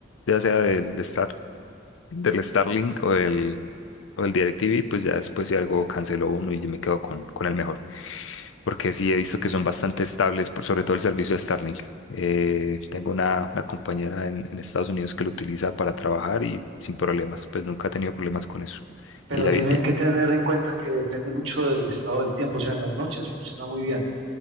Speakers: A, on the left; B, on the right.
A: ya sea del de del Starlink o del, o del DirecTV, pues ya después si algo canceló uno y yo me quedo con, con el mejor. Porque sí he visto que son bastante estables, por- sobre todo el servicio de Starlink. Eh, tengo una, una compañera en, en Estados Unidos que lo utiliza para trabajar y sin problemas, pues nunca ha tenido problemas con eso.
B: Pero
A: Y, ahí-
B: tiene
A: y-
B: que tener en cuenta que depende mucho del estado del tiempo, o sea, en las noches funciona muy bien